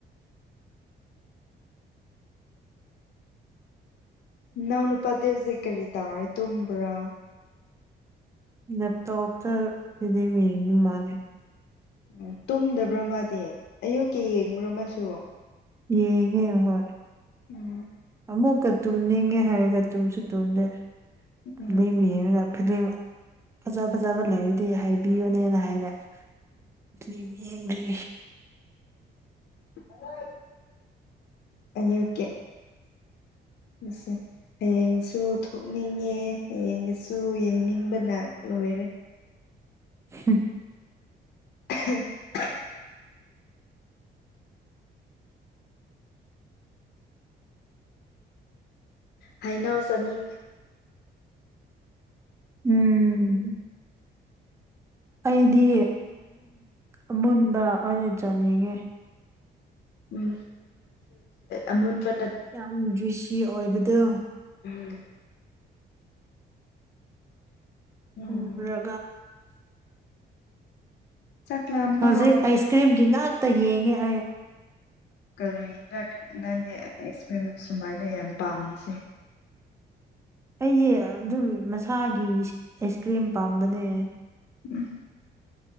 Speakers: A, on the left; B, on the right.
A: ꯅꯎ ꯅꯨꯄꯥꯗꯦ ꯍꯧꯁꯦ ꯀꯔꯤ ꯇꯥꯔꯦ ꯇꯨꯝꯕ꯭ꯔꯥ
B: ꯂꯦꯞꯇꯣꯞꯇ ꯐꯗꯤꯃꯤ ꯃꯥꯔꯦ
A: ꯎꯝ ꯇꯨꯝꯗꯕ꯭ꯔ ꯃꯥꯗꯤ ꯑꯌꯨꯛꯀꯤ ꯌꯦꯡꯕ꯭ꯔꯣ ꯃꯁꯨ
B: ꯌꯦꯡꯉꯦ ꯍꯣꯏ
A: ꯎꯝ
B: ꯑꯃꯨꯛꯀ ꯇꯨꯝꯅꯤꯡꯉꯦ ꯍꯥꯏꯔꯒ ꯇꯨꯝꯁꯨ ꯇꯨꯝꯗꯦꯂꯤ
A: ꯎꯝ
B: ꯌꯦꯔꯒ ꯐꯤꯝ ꯐꯖ ꯐꯖꯕ ꯂꯩꯔꯗꯤ ꯍꯥꯏꯕꯤꯌꯣꯅꯦꯅ ꯍꯥꯏꯔꯦ ꯐꯤ ꯌꯦꯡꯔꯤ
A: ꯍ ꯑ ꯌꯨ ꯀꯦ ꯃꯁꯦ ꯍꯌꯦꯡꯁꯨ ꯊꯣꯛꯅꯤꯡꯉꯦ ꯍꯌꯦꯡꯁꯨ ꯌꯦꯡꯅꯤꯡꯕꯅ ꯂꯣꯏꯔꯦ
B: ꯍ
A: <unintelligible> ꯍꯥꯏꯩꯅꯧ ꯆꯥꯅꯤꯡꯉꯤ
B: ꯎꯝ ꯑꯩꯗꯤ ꯑꯃꯨꯟꯕ ꯑꯣꯏꯅ ꯆꯥꯅꯤꯡꯉꯤ
A: ꯎꯝ ꯑꯃꯟꯕ
B: ꯌꯥꯝꯗ꯭ꯔꯤꯁꯤ ꯑꯣꯏꯕꯗꯨ
A: ꯎꯝ ꯎꯝ
B: ꯎꯨꯝꯔꯒ
A: ꯆꯥꯛ ꯂꯥꯝꯕ
B: ꯍꯧꯖꯤꯛ
A: ꯍꯧꯔ
B: ꯑꯥꯏꯁ ꯀ꯭ꯔꯤꯝꯒꯤ ꯉꯥꯛꯇ ꯌꯦꯡꯉꯦ ꯑꯩ
A: ꯀꯔꯤꯅ ꯀ꯭ꯔꯤꯅꯗꯤ ꯑꯦꯛꯁꯄꯤꯔꯤꯟꯁ ꯁꯨꯃꯥꯏꯅ ꯌꯥꯝ ꯄꯥꯝꯃꯤꯁꯦ
B: ꯑꯩꯁꯦ ꯑꯗꯨꯝ ꯃꯁꯥꯒꯤ ꯑꯥꯏꯁ ꯀ꯭ꯔꯤꯝ ꯄꯥꯝꯕꯅꯦ
A: ꯎꯝ